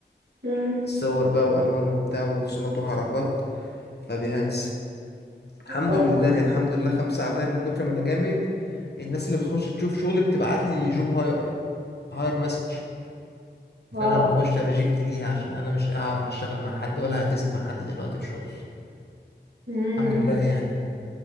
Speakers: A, on the right; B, on the left.
A: مم.
B: الصور بقى والوان وبتاع ورسومات وحركات فبيهانس الحمد
A: اوبا
B: لله الحمد لله خمسة عليا من كتر ما انا جامد الناس اللي بتخش تشوف شغل بتبعت لي جوب هاير هاير مسج فانا
A: واو
B: بخش ريجكت ليها عشان انا مش اعرف اشتغل مع حد ولا هلتزم مع حد دلوقتي في شغل
A: امم
B: الحمد لله يعني